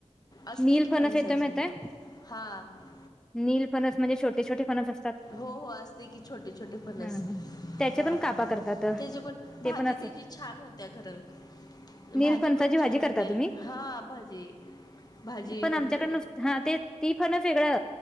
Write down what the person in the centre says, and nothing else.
नील
फणस
येतय माहितेय.
नील फणस म्हणजे छोटे छोटे फणस अस
हा हा त्याचे
पण कापा करतात
ते पण असं
नील
फणसाची
भाजी
करता तुम्ही
पण
आमच्याकडे नुस हा तेच ती फणस वेगळ.